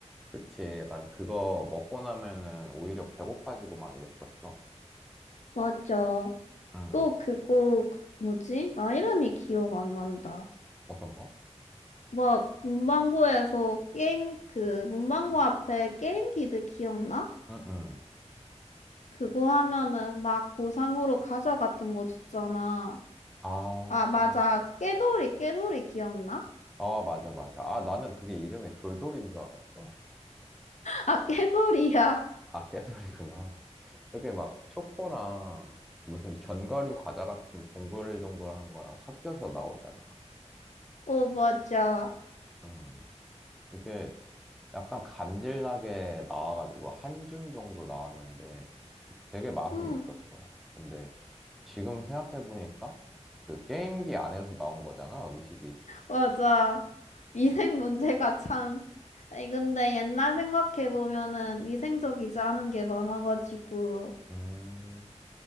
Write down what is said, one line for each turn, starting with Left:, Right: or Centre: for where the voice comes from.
Centre: 그치. 약간 그거 먹고 나면은 오히려 배고파지고 막 이랬었어.
Left: 맞아
Centre: 음,
Left: 또 그거 뭐지 나 이름이 기억 안 난다
Centre: 어떤 거?
Left: 막 문방구에서 게임 그 문방구
Centre: 응
Left: 앞에 게임기들 기억나?
Centre: 음. 음.
Left: 그거 하면은 막 보상으로 과자 같은 거 줬잖아.
Centre: 아,
Left: 아, 맞아. 깨돌이, 깨돌이 기억나?
Centre: 아, 맞아, 맞아. 아, 나는 그게 이름이 돌돌인 줄 알았어.
Left: 아, <laughs> 깨돌이야.
Centre: 아, 깨돌이구나. 그게막 초코랑 무슨 견과류 과자 같은 동글동글한 거랑 섞여서 나오잖아.
Left: 어, 맞아.
Centre: 음, 그게 약간 감질나게 나와가지고 한줌 정도 나왔는데 되게 맛은
Left: 응,
Centre: 있었어. 근데 지금 생각해보니까 그 게임기 안에서 나온 거잖아, 음식이.
Left: 맞아. 위생 문제가 참. 아니, 근데 옛날 생각해보면은 위생적이지 않은 게 많아가지고,
Centre: 음,